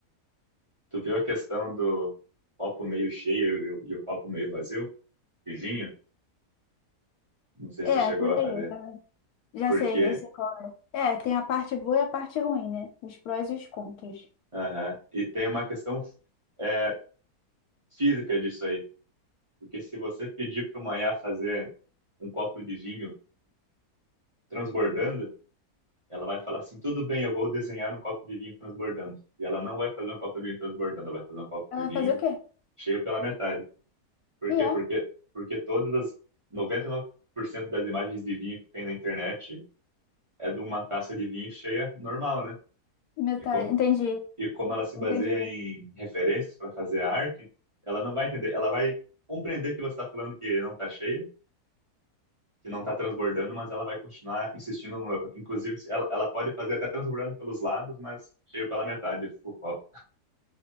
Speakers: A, on the right; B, on the left.
A: Tu viu a questão do copo meio cheio e o, e o copo meio vazio? E vinho? Não sei
B: É,
A: se tu chegou
B: por
A: a
B: aí.
A: ver.
B: Então, já
A: Porque,
B: sei, eu sei qual. É, É, tem a parte boa e a parte ruim, né? Os prós e os contras.
A: aham. E tem uma questão é, física disso aí. Porque se você pedir para uma Iá fazer um copo de vinho transbordando, ela vai falar assim: tudo bem, eu vou desenhar um copo de vinho transbordando. E ela não vai fazer um copo de vinho transbordando, ela vai fazer um copo
B: Ela
A: de
B: vai
A: vinho
B: fazer o quê?
A: cheio pela metade. Por
B: E
A: quê?
B: é,
A: Porque, porque todas as noventa e nove por cento das imagens de vinho que tem na internet é de uma taça de vinho cheia normal, né?
B: metade.
A: E como,
B: Entendi.
A: e como ela se
B: Entendi.
A: baseia em referências para fazer a arte, ela não vai entender, ela vai compreender que você está falando que não está cheia que não está transbordando, mas ela vai continuar insistindo. No... Inclusive, ela, ela pode fazer até transbordando pelos lados, mas cheio pela metade o copo.